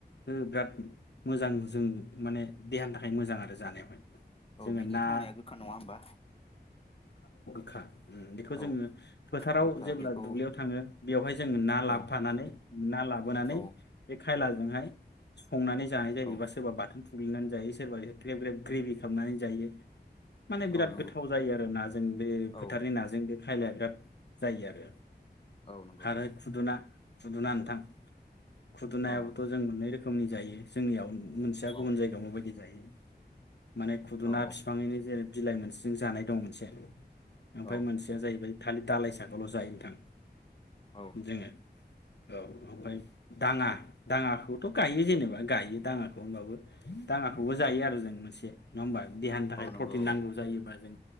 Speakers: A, on the left; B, on the left.
A: ओ बिराद मोजां जों माने देहानि थाखाय मोजां आरो जानायावहाय जोङो
B: औ बिनि
A: ना
B: थावनाया गोखा नङा होमबा
A: खा उम बेखौ
B: औ
A: जोङो फोथाराव
B: गोखा
A: जेब्ला
B: बेखौ
A: दुब्लियाव थाङो बेवहाय जोङो ना
B: औ
A: लाबोफानानै ना लाबोनानै
B: औ
A: बे खायलाजोंहाय संनानै जानाय जायो
B: औ
A: एबा सोरबा बाथोन थुग्लिनानै जायो सोरबा ए ग्लेब ग्लेब ग्रेबि खालामनानै जायो माने बिराद
B: औ नंगौ
A: गोथाव जायो आरो नाजों बे
B: औ
A: फोथारनि नाजों बे खायलाया बिराद जायो आरो
B: औ नंगौ
A: हाराय
B: औ
A: खुदुना खुदुना नोंथां खुदुनायाबोथ
B: औ नंगौ
A: जों मोननै रोखोम रोखोमनि जायो जोंनियाव मोनसेया
B: औ
A: गुबुन जायगायाव माबायदि जायो माने खुदुना
B: औ
A: बिफाङैनो जेरै बिलाइ मोनसेजों जानाय दं मोनसे ओमफाय
B: औ
A: मोनसेया जाहैबाय खालि दालाइ साखाल जायो नोंथां
B: औ
A: जोङो औ ओमफाय दाङा दाङाखौथ गायो जेनेबा गायो दाङाखौ होनबाबो दाङाखौबो जायो आरो जों मोनसे नङा होमबा देहानि थाखाय
B: औ नंगौ
A: प्रटिन नांगौ
B: औ
A: जायोबा जों